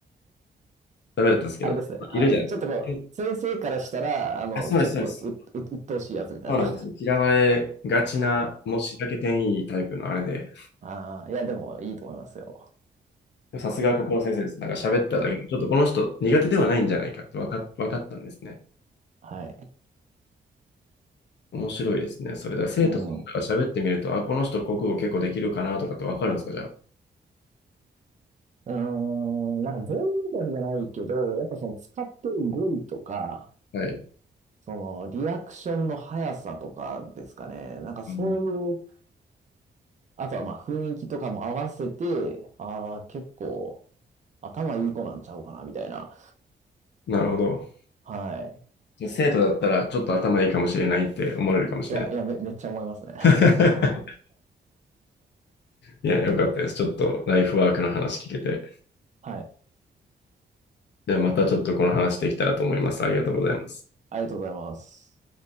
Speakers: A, on the left; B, on the right.
A: ダメだったんですけど、
B: あれですね。はい。
A: いるじゃないですか。
B: ちょっとこう、
A: え
B: 先生からしたら、あの、
A: あ、そうです、
B: ちょっとう、
A: そうです。
B: う、鬱陶しいやつみたいな。
A: そうなんですよ。
B: <laughs>
A: 嫌われがちな、もうしらけ点いいタイプのあれで、
B: ああ、いや、でもいいと思いますよ。
A: さすがここの先生です。なんか喋っただけで、ちょっとこの人苦手ではないんじゃないかってわか、わかったんですね。
B: はい。
A: 面白いですね。それだから生徒さんが喋ってみると、
B: うん。う
A: あ、この人国語結構できるかなとかってわかるんですか、じゃあ。
B: ーん、なんか全員だけじゃないけど、やっぱその使ってる語彙とか、
A: はい。
B: そのリアクションの速さとかですかね。なんかそういう、
A: あの
B: あとはまあ雰囲気とかも合わせて、ああ、結構頭いい子なんちゃうかな、みたいな。
A: なるほど。
B: はい。
A: じゃあ生徒だったらちょっと頭いいかもしれないって思われるかもしれない。
B: いや、いや、め、めっちゃ思いますね。
A: <laughs>
B: <laughs>
A: いや、よかったです。ちょっとライフワークの話聞けて。
B: はい。
A: ではまたちょっとこの話できたらと思います。ありがとうございます。
B: ありがとうございます。